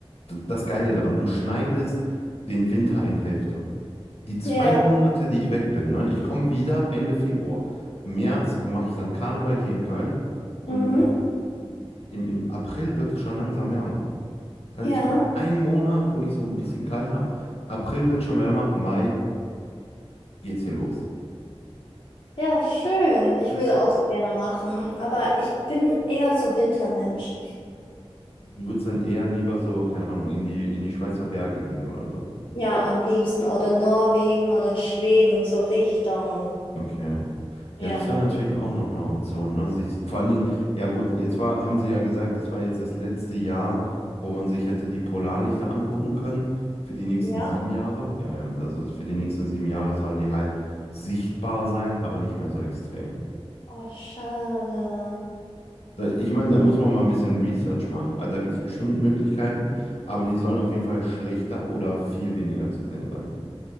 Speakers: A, on the left; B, on the left.
A: d- das Geile daran. Du schneidest den Winter in Hälfte. Die zwei
B: Ja.
A: Monate, die ich weg bin, ne? Ich komme wieder Ende Februar. Im März mache ich dann Karneval hier in Köln und
B: Mhm.
A: dann im, im April wird es schon langsam wärmer. Das
B: Ja.
A: heißt, ich habe einen Monat, wo ich so ein bisschen kalt habe. April wird schon wärmer, Mai geht's hier los.
B: Ja, schön. Ich
A: Das,
B: würde auch so gerne machen. Aber ich bin eher so Wintermensch.
A: du würdest dann eher lieber so, keine Ahnung, in die, in die Schweizer Berge gehen oder so.
B: Ja, am liebsten oder Norwegen oder Schweden, so Richtung.
A: Okay.
B: Ja.
A: Ja, das wäre natürlich auch noch eine Option, ne? Sich, vor allen Dingen, ja gut, jetzt war, haben sie ja gesagt, das war jetzt das letzte Jahr, wo man sich hätte die Polarlichter angucken können für die nächsten
B: Ja?
A: sieben Jahre. Ja, ja, also für die nächsten sieben Jahre sollen die halt sichtbar sein, aber nicht mehr so extrem.
B: Oh, schade.
A: Da- Ich meine, da muss man mal ein bisschen Research machen, also da gibt es bestimmt Möglichkeiten, aber die sollen auf jeden Fall schlechter oder viel weniger zu sehen sein.